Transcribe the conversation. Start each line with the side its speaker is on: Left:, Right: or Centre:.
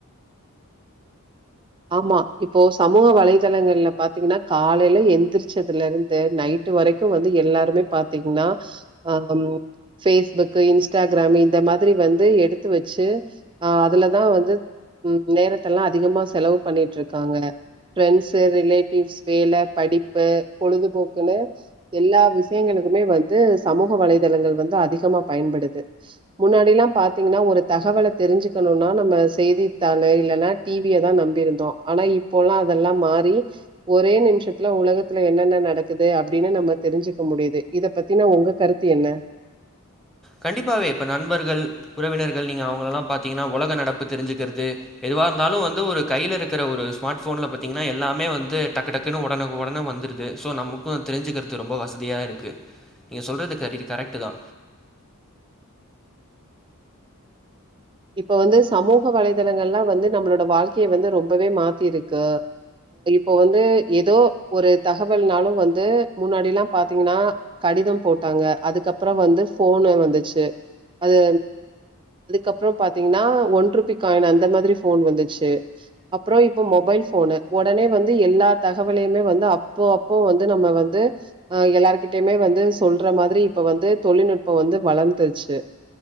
Right: ஆமா இப்போ சமூக வலைதளங்கள்ல பாத்திங்கன்னா காலைல எந்திரிச்சதுல இருந்து நைட் டு வரைக்கு வந்து எல்லாருமே பாத்திங்ன்னா ஹம் பேஸ்புக்கு இன்ஸ்டாகிராமு இந்த மாதிரி வந்து எடுத்து வச்சு ஆ அதுலதா வந்து ம் நேரத்தல்லா அதிகமா செலவு பண்ணிட்ருக்காங்க பிரரெண்ட்ஸ்ஸு ரிலேட்டிவ்ஸ் வேல படிப்பு பொழுதுபோக்குன்னு எல்லா விஷயங்களுக்குமே வந்து சமூக வலைதளங்கள் வந்து அதிகமா பயன்படுது முன்னாடிலா பாத்திங்ன்னா ஒரு தகவல தெரிஞ்சிக்கணுன்னா நம்ம செய்தித்தாளு இல்லன்னா டி விய தா நம்பி இருந் தோ அனா இப்போலா அதல்லா மாறி ஒரே நிமிஷத்துல உலகத்துல என்னென்ன நடக்குது அப்டின்னு நம்ம தெரிஞ்சுக்க முடியுது இத பத்தினா உங்க கருத்து என்ன
Centre: கண்டிப்பாவே இப்ப நண்பர்கள் உறவினர்கள் நீங்க அவங்களலா பாத்திங்கன்னா உலக நடப்பு தெரிஞ்சுக்கறது எதுவா இருந்தாலு வந்து ஒரு கையில இருக்கற ஒரு ஸ்மார்ட் ஃபோன்ல் பாத்திங்கன்னா எல்லாமே வந்து டக்கு டக்குன்னு உடனுக்கு உடனே வந்துருது ஸோ நமக்கு தெரிஞ்சுக்கறது ரொம்ப வசதியா இருக்கு நீங்க சொல்றது கரிரி கரெக்ட்டு தா
Right: இப்ப வந்து சமூக வலைதளங்கள்லா வந்து நம்மளோட வாழ்க்கைய வந்து ரொம்பவே மாத்திருக்கு இப்போ வந்து எதோ ஒரு தகவல்னாலு வந்து முன்னாடிலா பாத்திங்கன்னா கடிதம் போட்டாங்க அதுக்கப்பறோ வந்து போனு வந்துச்சு அது அதுக்கப்பறோ பாத்திங்கன்னா ஒன் ருபி காயின் அந்த மாதிரி போன் வந்துச்சு அப்பறோ இப்ப மொபைல் போனு ஒடனே வந்து எல்லா தகவலையுமே வந்து அப்போ அப்போ வந்து நம்ம வந்து அ எல்லார்கிட்டயுமே வந்து சொல்ற மாதிரி இப்ப வந்து தொழில்நுட்போ வந்து வளந்துருச்சு